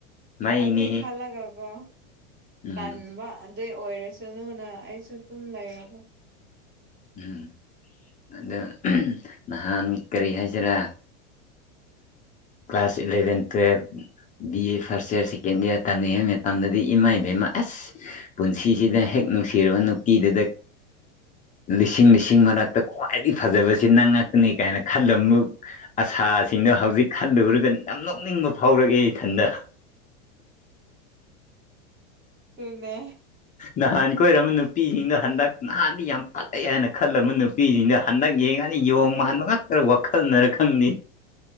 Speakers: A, on the left (about 20°); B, on the right (about 30°).
A: ꯃꯩꯅꯤꯍꯦ
B: ꯑꯗꯨꯏ ꯈꯜꯂꯒꯀꯣ
A: ꯎꯝ
B: ꯇꯟꯕ ꯑꯗꯨꯏ ꯑꯣꯏꯔꯁꯅꯨꯅ ꯑꯩꯁꯨ ꯑꯗꯨꯝ ꯂꯩꯔꯒ
A: ꯎꯝ ꯑꯗ ꯅꯍꯥꯟ ꯀꯔꯤ ꯍꯥꯏꯁꯤꯔꯥ ꯀ꯭ꯂꯥꯁ ꯏꯂꯦꯚꯦꯟ ꯇꯨꯋꯦꯜꯕ B A first year second year ꯇꯝꯂꯤꯉꯩ ꯃꯇꯝꯗꯗꯤ ꯏꯃꯥ ꯏꯕꯦꯝꯃ ꯑꯁ ꯄꯨꯟꯁꯤꯁꯤꯗ ꯍꯦꯛ ꯅꯨꯡꯁꯤꯔꯕ ꯅꯨꯄꯤꯗꯨꯗ ꯂꯤꯁꯤꯡ ꯂꯤꯁꯤꯡ ꯃꯔꯛꯇ ꯈ꯭ꯋꯥꯏꯗꯒꯤ ꯐꯖꯕꯁꯤ ꯅꯪ ꯉꯥꯛꯇꯅꯤ ꯀꯥꯏꯅ ꯈꯜꯂꯝꯕ ꯑꯁꯥꯁꯤꯡꯅ ꯍꯧꯖꯤꯛ ꯈꯜꯂꯨꯔꯒ ꯌꯥꯝ ꯅꯣꯛꯅꯤꯡꯕ ꯐꯥꯎꯔꯛꯑꯦ ꯏꯊꯟꯗ
B: ꯇꯨꯅ
A: ꯅꯍꯥꯟ ꯀꯣꯏꯔꯝꯕ ꯅꯨꯄꯤꯁꯤꯡꯗ ꯍꯟꯗꯛ ꯅꯍꯥꯟꯗꯤ ꯌꯥꯝ ꯐꯠꯂꯛꯑꯦ ꯍꯥꯏꯅ ꯈꯜꯂꯝꯕ ꯅꯨꯄꯤꯁꯤꯡꯗ ꯍꯟꯗꯛ ꯌꯦꯡꯉꯥꯟꯅꯤ ꯌꯣꯡ ꯃꯥꯟꯕ ꯉꯥꯛꯇꯔ ꯋꯥꯈꯜꯅꯔ ꯈꯪꯗꯦ꯫